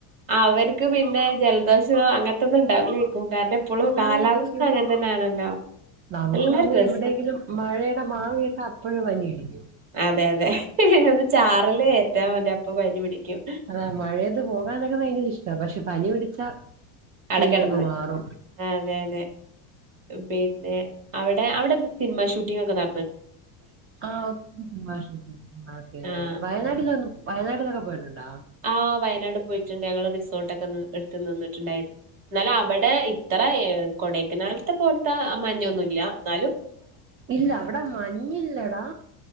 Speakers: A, on the right (about 45°); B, on the right (about 30°).
A: അവർക്ക് പിന്നെ ജലദോഷോ അങ്ങനത്തൊന്നും ണ്ടാവുലേക്കും കാരണം പ്പളും കാലാവസ്ഥ
B: ആയിരിക്കും
A: അങ്ങൻ തന്നെയാണല്ലോ
B: നമുക്ക്
A: നല്ല
B: പിന്നെ
A: രസാ
B: എവിടെയെങ്കിലും മഴയുടെ മാകേട്ട അപ്പഴെ പനി പിടിക്കും
A: അതെ അതെ ഒന്ന് ചാറല് ഏറ്റാ മതി അപ്പൊ പനി പിടിക്കും
B: താണ് മഴയത്ത് പോകാനൊക്കെ ഭയങ്കര ഇഷ്ടാ പക്ഷെ പനി പിടിച്ചാ
A: അവിടെ
B: സീനങ്ങ്
A: കിടന്ന്
B: മാറും
A: അതെ അതെ പിന്നെ അവിടെ അവിടെ ന്താ സിനിമ ഷൂട്ടിങ്ങൊക്കെ നട
B: ആഹ് ഒത്തിരി സിനിമാ ഷൂട്ടിംഗ് <inaudible>
A: ആഹ്
B: വയനാട്ടിലൊന്നും വയനാട്ടിലൊക്കെ പോയിട്ടുണ്ടോ
A: ആഹ് വയനാട് പോയിട്ടുണ്ട് ഞങ്ങള് റിസോർട്ടൊക്കൊന്ന് എട്ത്ത് നിന്നിട്ടുണ്ടായിരുന്നു ന്നാല് അവടെ ഇ ത്രെ ഏഹ് കൊടെയ്ക്കനാൽത്തെ പോൽത്തെ മഞ്ഞൊന്നുംല്ല ന്നാലും
B: ഇല്ല അവടെ മഞ്ഞില്ലെടാ